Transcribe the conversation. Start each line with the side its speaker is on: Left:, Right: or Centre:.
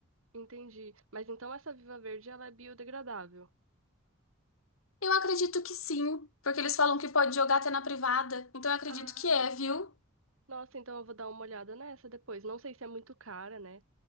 Right: entendi. Mas então essa Viva Verde ela é biodegradável.
Left: Eu acredito que sim, porque eles falam que pode jogar até na privada. Então eu acredito
Right: Ah,
Left: que é, viu?
Right: nossa, então eu vou dar uma olhada nessa depois. Não sei se é muito cara, né?